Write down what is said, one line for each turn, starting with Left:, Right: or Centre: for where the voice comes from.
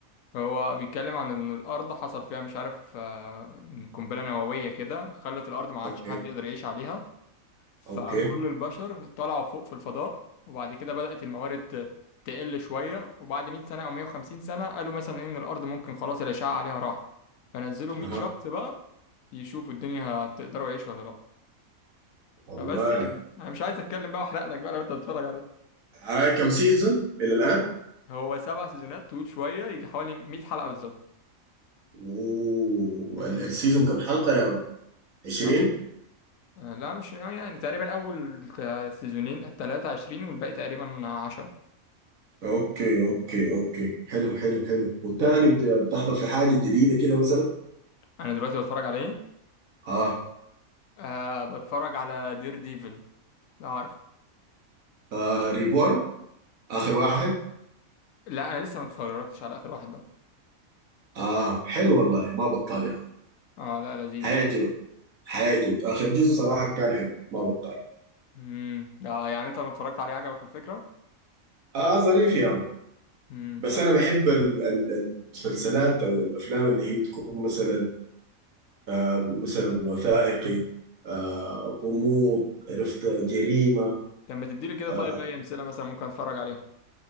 Left: هو بيتكلم عن ان الارض حصل فيها مش عارف آه قنبله نوويه كده خلت الارض ما عادش
Right: اوكي
Left: حد يقدر يعيش عليها فكل
Right: اوكي
Left: البشر طلعوا فوق في الفضاء وبعد كده بدأت الموارد ت- تقل شوية وبعد 100 سنة أو 150 سنة قالوا مثلا إن الأرض ممكن خلاص الأشعة عليها راح فنزلوا 100
Right: اها
Left: شخص بقى يشوفوا الدنيا هتقدروا يعيشوا ولا لأ
Right: والله
Left: فبس يعني أنا مش عايز أتكلم بقى وأحرق لك بقى لو أنت هتتفرج عليه
Right: هاي كم سيزون الى الان
Left: هو سبع سيزونات طويل شوية يجي حوالي 100 حلقة بالظبط
Right: والسيزون
Left: مم.
Right: كم حلقه يا مان 20
Left: آه. آه، لا مش آه يعني تقريبا أول تا- سيزونين التلاتة عشرين والباقي تقريبا عشرة
Right: اوكي اوكي اوكي حلو حلو حلو والتاني بت- بتحضر في حاجه جديده كده مثلا
Left: أنا دلوقتي بتفرج على إيه؟
Right: اه,
Left: آه بتفرج على دير ديفل لا عارف
Right: آه ريبورن اخر واحد
Left: لا انا لسه ما اتفرجتش على اخر واحد ده
Right: اه حلو والله ما بطال يا عم
Left: اه لا لذيذ
Right: حيعجبك
Left: اسمه
Right: حيعجبك اخر جزء صراحه كان حلو ما بطال
Left: امم ده يعني انت لما اتفرجت عليه عجبك الفكره
Right: اه ظريف يا عم
Left: امم
Right: بس
Left: طب
Right: انا بحب ال- ال- المسلسلات او الافلام اللي هي تكون مثلا آه مثلا وثائقي آه غموض عرفت جريمه
Left: طب ما تديلي كده
Right: آه
Left: طيب اي امثله مثلا ممكن اتفرج عليهم